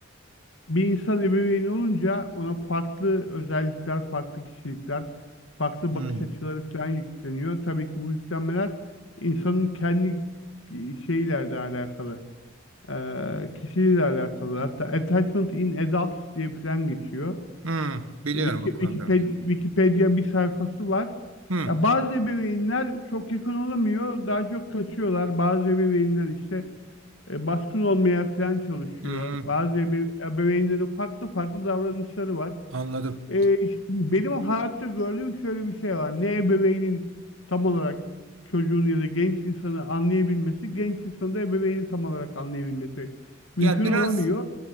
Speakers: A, on the left; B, on the right.
A: bir insan ebeveyni olunca ona farklı özellikler, farklı kişilikler, farklı
B: Hmm.
A: bakış açıları falan yükleniyor. Tabii ki bu yüklenmeler insanın kendi şeylerle alakalı, eee kişiliğiyle alakalı. Hatta Attachment in Adults diye falan geçiyor.
B: Hmm. Biliyorum
A: Wiki-
B: o konuda.
A: Wikipedia, Wikipedia bir sayfası var.
B: Hmm.
A: Ya bazı ebeveynler çok yakın olamıyor, daha çok kaçıyorlar. Bazı ebeveynler işte e, baskın olmaya falan çalışıyor.
B: Hmm.
A: Bazı ebe- ebeveynlerin farklı farklı davranışları var.
B: Anladım.
A: E, işte benim hayatta gördüğüm şöyle bir şey var. Ne ebeveynin tam olarak çocuğun ya da genç insanı anlayabilmesi, genç insanı da ebeveyni tam olarak anlayabilmesi mümkün
B: Ya biraz
A: olamıyor.